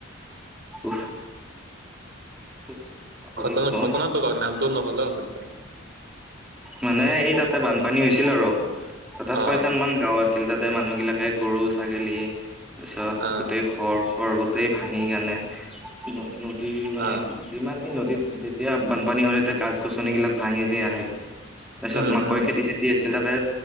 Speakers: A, in the centre; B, on the right.
A: উফ <unintelligible>
B: ঘটনা
A: গলো
B: ঘটনাটো কওক নামটো নকলেও হ'ব দিয়ক।
A: মানে এই তাতে বানপানী হৈছিল আৰু তাতে ছয়
B: অ
A: খান মান গাওঁ আছিল তাত। তাতে মানুহ বিলাকে গৰু ছাগলী তাৰ পিছত
B: অ
A: গোটেই- ঘৰ চৰ গোতেই ভাঙি কানে ন নদীৰ মানে-
B: অ
A: যিমানেই নদীত যেতিয়া বানপানী হলে তেতিয়া গছ গছনিবিলাক ভাঙি যে আহে। তাৰপিছত
B: উম
A: মাকৈ
B: উম
A: খেতি চেতি আছিল তাতে,